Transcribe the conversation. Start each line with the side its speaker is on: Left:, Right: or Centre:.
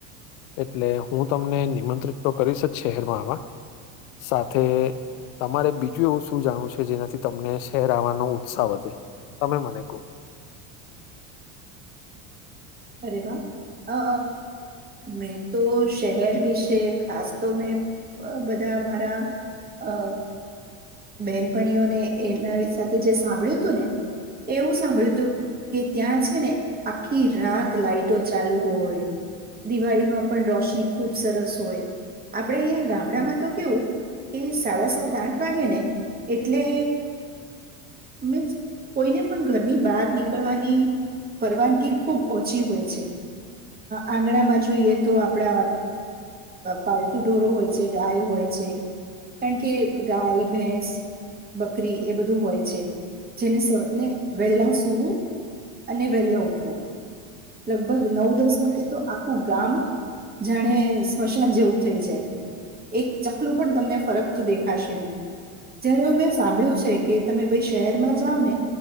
Left: એટલે હું તમને નિમંત્રિત તો કરીશ જ શહેરમાં આવા સાથે તમારે બીજું એવું શું જાણવું છે જેનાથી તમને શહેર આવવાનો ઉત્સાહ વધે તમે મને કહો
Right: અરે વાહ અ મેં તો શહેર વિશે ખાસ તો મેં બધા મારા અ બહેનપણીઓને એના સાથે જે સાંભળ્યું હતું ને એ એવું સાંભળ્યું હતું કે ત્યાં છે ને આખી રાત લાાઈટો ચાલુ હોય દિવાળીમાં પણ રોશની ખુબ સરસ હોય આપણેે અહીંયા ગામડામાં તો કેવું કે સાડા સાત આઠ વાગે ને એટલે મીન્સ કોઈને પણ ઘરની બહાર નીકળવાની પરવાનગી ખુબ ઓછી હોય છે આંગણામાં જોઈએ તો આપડા પાળતુ ઢોરો હોય છે ગાય હોય છે કારણ કે ગાય ભેંસ બકરી એ બધું હોય છે જેનેને વહેલા સૂવું અને વહેલા ઉઠવું લગભગ નવ દસ વાગે તો આખું ગામ જાણે સ્મશાન જેવું થઈ જાય એક ચકલું પણ તમને ફરક તું દેખાશે નહી જયારે હમેં સાંભળ્યું છે કે તમે ભાઈ શહેરમાં જાવ ને